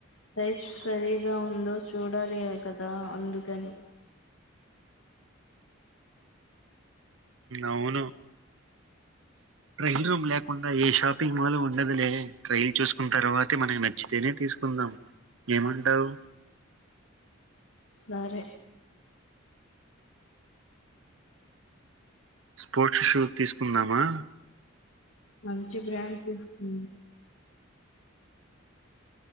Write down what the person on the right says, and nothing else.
అవును ట్రైల్ రూమ్ లేకుండా ఏ షాపింగ్ మాల్ ఉండదులే ట్రైల్ చూసుకున్న తర్వాతే మనకు నచ్చితేనే తీసుకుందాం ఏమంటావు
స్పోర్ట్స్ షూ తీసుకుందామా